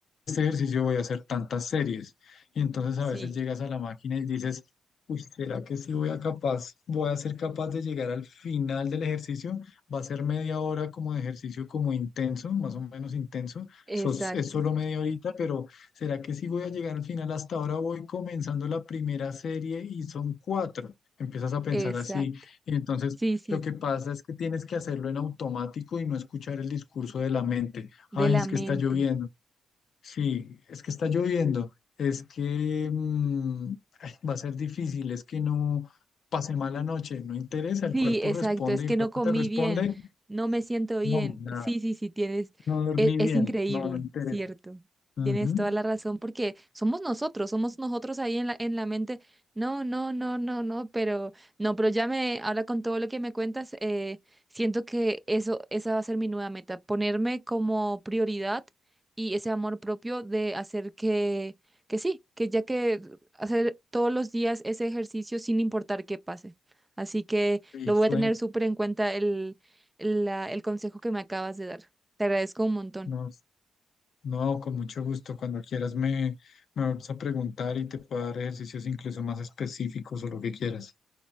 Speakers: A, on the left; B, on the right.
A: este ejercicio voy a hacer tantas series. Y entonces
B: sí,
A: a veces llegas a la máquina y dices, uy, ¿será que sí voy a capaz, voy a ser capaz de llegar al final del ejercicio? Va a ser media hora como de ejercicio como intenso, más o menos intenso.
B: exacto,
A: Sos- es solo media horita, pero ¿será que sí voy a llegar al final? Hasta ahora voy comenzando la primera serie y son cuatro. Empiezas a pensar
B: exacto.
A: así y entonces
B: Sí, sí,
A: lo que pasa es que tienes que hacerlo en automático y no escuchar el discurso de la mente.
B: de
A: Ay,
B: la
A: es
B: mente.
A: que está lloviendo. Sí, es que está lloviendo, es que mm, ay, va a ser difícil, es que no pasé mala noche, no interesa, el
B: Sí,
A: cuerpo
B: exacto,
A: responde
B: es que
A: y el cuerpo
B: no comí
A: te responde,
B: bien, no me siento bien.
A: no, nada,
B: Sí, sí, sí, tienes,
A: no dormí
B: e- es,
A: bien,
B: increíble,
A: no, no interesa.
B: cierto.
A: Ujú,
B: Tienes toda la razón porque somos nosotros, somos nosotros ahí en la, en la mente. No, no, no, no, no, pero no, pero ya me, ahora con todo lo que me cuentas, eh, siento que eso, esa va a ser mi nueva meta, ponerme como prioridad y ese amor propio de hacer que, que sí, que ya que hacer todos los días ese ejercicio sin importar qué pase. Así que
A: Sí,
B: lo voy
A: sueño,
B: a tener súper en cuenta el, el, la- el consejo que me acabas de dar. Te agradezco un montón.
A: no, no, con mucho gusto, cuando quieras me, me vas a preguntar y te puedo dar ejercicios incluso más específicos o lo que quieras.